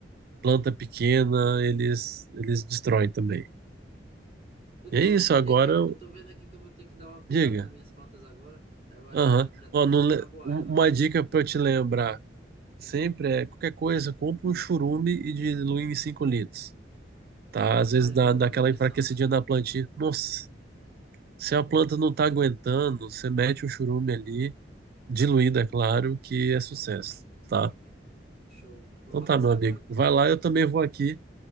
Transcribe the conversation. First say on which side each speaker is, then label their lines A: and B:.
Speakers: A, on the right (about 55°); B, on the right (about 35°).
A: planta pequena, eles eles destroem também.
B: Tudo de
A: E
B: bola.
A: é isso, agora
B: Ei, cara,
A: eu...
B: eu tô vendo aqui que eu vou ter que dar uma cuidada
A: diga.
B: nas minhas plantas agora. Aí Eu acho
A: Aham.
B: que já tá
A: Ó,
B: na
A: não
B: hora de
A: le-
B: eu aguar
A: um-
B: elas.
A: Uma dica para te lembrar sempre
B: Hum,
A: é qualquer coisa, compra um churume e dilui em 5 litros, tá? Às
B: ajuda
A: vezes dá, dá
B: na
A: aquela
B: nutrição,
A: enfraquecidinha
B: né?
A: na plantinha. Nossa, se a planta
B: Verdade.
A: não
B: eu vou-
A: tá aguentando, você mete o churume ali, diluído, é claro, que é sucesso,
B: Uhum.
A: tá?
B: Show. Vou
A: Então
B: fazer
A: tá,
B: isso
A: meu
B: agora
A: amigo.
B: então.
A: Vai lá, eu também vou aqui.